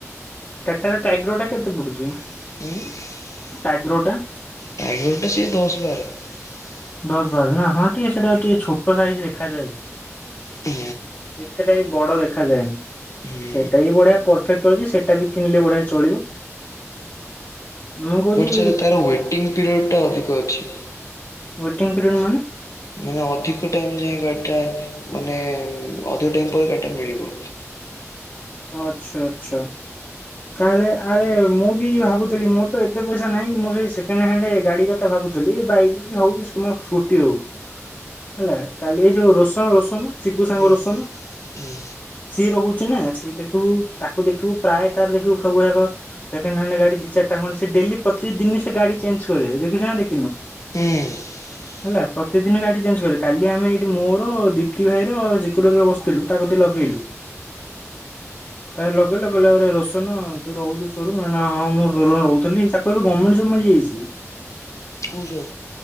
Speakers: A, on the left; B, on the left.
A: ଟେଟ୍ରାର ଟାଇଗ୍ରୋ କେତେ ପଡୁଚି?
B: ଉଁ?
A: ଟାଗ୍ରୋ ଟା?
B: ଟାଇଗରଟା ସିଏ <inaudible>
A: ଦଶ ବାର ନା ହଁ ଟିକେ ସେଟା ଟିକେ ଛୋଟ ସାଇଜ ଦେଖାଯାଏ
B: ହୁଁ
A: ଏତେଟା ବି ବଡ ଦେଖାଯାଏନି
B: ହୁଁ
A: ସେଟା ବି ବଢିଆ ପରଫେକ୍ଟ ଅଛି ସେଟା ବି କିଣିଲେ ବଢିଆ ଚଳିବ। ମୁଁ କହୁଛି
B: ଦେଖି ତାର ୱେଟିଙ୍ଗ ପିରିୟାଡଟା ଅଛି। <inaudible>
A: ୱେଟିଂ ପିରିୟଡ଼ ମାନେ?
B: ମାନେ ଅଧିକ ଟାଇମ ଯାଏ ଗାଡି ଟା ମାନେ ଅଧିକ ଟାଇମ ପରେ ଗାଡି ଟା ମିଳିବ।
A: ଆଚ୍ଛା ଆଚ୍ଛା। ତାହେଲେ ଆରେ ମୁଁ ବି ଭାବୁଥିଲି ମୋର ତ ଏତେ ପଇସା ନାହିଁ ମୁଁ ସେଇ ସେକେଣ୍ଡ ହ୍ୟାଣ୍ଡ ଗାଡି କଥା ଭାବୁଥିଲି ବାଇକ କି ହଉ କି ସ୍କୁଟି ହଉ। ହେଲା କାଲି ଏଇ ଯୋଉ <unintelligible> <unintelligible> ଚିକୁ ସାଙ୍ଗ
B: ହୁଁ
A: ରସନ
B: ହୁଁ
A: ସିଏ ରହୁ <unintelligible> ତାକୁ ଦେଖିବୁ ପ୍ରାୟ ତାର ଦେଖିବୁ <unintelligible> ସେକେଣ୍ଡ ହ୍ୟାଣ୍ଡ ଗାଡି ଦି ଚାରିଟା ଖଣ୍ଡେ ସେ ଡେଲି ପ୍ରତିଦିନି ସେ ଗାଡି ଚେଞ୍ଜ କରେ ଦେଖିଚ ନା ଦେଖି
B: ହୁଁ।
A: ହେଲା ପ୍ରତିଦିନ ଗାଡି ଚେଞ୍ଜ କରେ କାଲି ଆମେ ଏଇଠି ମୋର ଦୀପ୍ତି ଭାଇ ର ଚକୁର ବସିଥିଲୁ ତାକୁ
B: ହୁଁ
A: ଲଗେଇଲୁ ତା ଲଗେଇ ଲଗେଇଲା କହିଲା ଆରା ତୁ ରହୁଛୁ ସୋରୁମ ରେ ନ ହଁ ମୁଁ ସୋରୁମ ରହୁଥିଲି ତାକୁ ଏବେ ଗଭର୍ଣ୍ଣମେଣ୍ଟ ଜବ ମିଳିଯାଇଛି।
B: କୋଉ ଜବ?